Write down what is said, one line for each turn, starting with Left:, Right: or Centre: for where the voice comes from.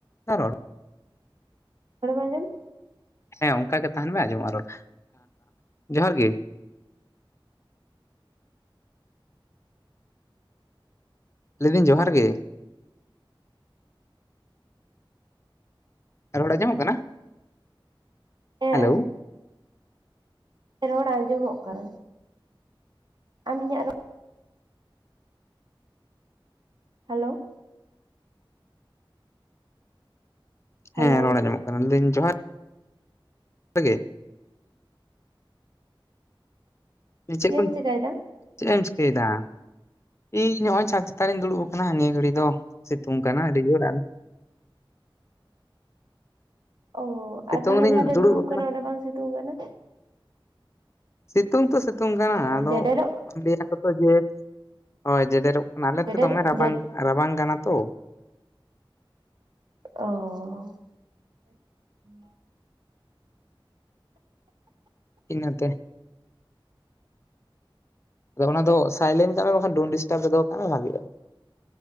Left: ᱟᱸᱨᱚᱲ,
Right: ᱨᱚᱲ ᱵᱮᱱ ᱚᱸᱡᱚᱢ
Left: ᱦᱮᱸ ᱚᱱᱠᱟ ᱜᱮ ᱛᱟᱦᱮᱱ ᱢᱮ ᱟᱡᱚᱢᱚᱜ-ᱟ ᱨᱚᱲ ᱡᱚᱦᱟᱨ ᱜᱮ᱾ ᱞᱟᱹᱭᱫᱟᱹᱧ ᱡᱚᱦᱟᱨ ᱜᱮ᱾ ᱨᱚᱲ ᱟᱡᱚᱢᱚᱜ ᱠᱟᱱᱟ᱾
Right: ᱦᱮᱸ
Left: ᱦᱮᱞᱳ
Right: ᱨᱚᱲ ᱟᱸᱡᱚᱢᱚᱜ ᱠᱟᱱ ᱟᱢ ᱤᱧᱟᱹᱜ ᱨᱚᱲ ᱦᱮᱞᱳ, ᱦᱮᱞᱳ
Left: ᱦᱮᱸ ᱨᱚᱲ ᱟᱡᱚᱢᱚᱜ ᱠᱟᱱᱟ ᱞᱟ. ᱭ ᱫᱤᱧ ᱡᱚᱦᱟᱨ ᱜᱮ᱾ ᱪᱮᱫ ᱠᱚ
Right: ᱮᱢ ᱪᱮᱠᱟᱭᱮᱫᱟ
Left: ᱪᱮᱫ ᱮᱢ ᱪᱤᱠᱟᱹᱭᱮᱫᱟ? ᱤᱧ ᱱᱚᱜ-ᱚᱭ ᱪᱷᱟᱛ ᱪᱮᱛᱟᱱ ᱤᱧ ᱫᱩᱲᱩᱵ ᱟᱠᱟᱱᱟ ᱱᱤᱭᱟᱹ ᱜᱷᱟᱹᱲᱤ ᱫᱚ ᱥᱤᱛᱩᱝ ᱠᱟᱱᱟ ᱟᱹᱰᱤ ᱡᱳᱨ ᱟᱨ᱾
Right: ᱚ
Left: ᱥᱤᱛᱩᱝ
Right: ᱟᱨ ᱛᱟᱦᱞᱮ
Left: ᱨᱤᱧ
Right: ᱡᱟᱦᱟ ᱴᱷᱮᱡ ᱮᱢ ᱫᱩᱲᱩᱵ
Left: ᱟᱠᱟᱱᱟ
Right: ᱠᱟᱱᱟ ᱚᱸᱰᱮ ᱵᱟᱝ ᱥᱤᱛᱩᱝ ᱠᱟᱱᱟ?
Left: ᱥᱤᱛᱩᱝ ᱛᱚ ᱥᱤᱛᱩᱝ ᱠᱟᱱᱟ
Right: ᱚ
Left: ᱟᱫᱚ
Right: ᱡᱮᱰᱮᱨᱚᱜ
Left: ᱞᱟᱹᱭ ᱟᱠᱚ ᱛᱚ ᱡᱮ ᱦᱳᱭ ᱡᱮᱰᱮᱨᱚᱜ, ᱱᱟᱞᱮ
Right: ᱡᱮᱰᱮᱨ
Left: ᱛᱮ ᱫᱚᱢᱮ ᱨᱟᱵᱟᱝ
Right: ᱡᱮᱰ
Left: ᱨᱟᱵᱟᱝ ᱠᱟᱱᱟ ᱛᱚ᱾
Right: ᱚᱻ,
Left: ᱤᱱᱟᱹᱛᱮ᱾ ᱟᱫᱚ ᱚᱱᱟ ᱫᱚ ᱥᱟᱭᱞᱮᱱᱴ ᱠᱟᱜ ᱢᱮ ᱵᱟᱝ ᱠᱷᱟᱱ ᱰᱳᱱ ᱰᱤᱥᱴᱟᱵᱽ ᱨᱮ ᱫᱚᱦᱚ ᱠᱟᱜ ᱢᱮ ᱵᱷᱟᱹᱜᱮᱜᱼᱟ᱾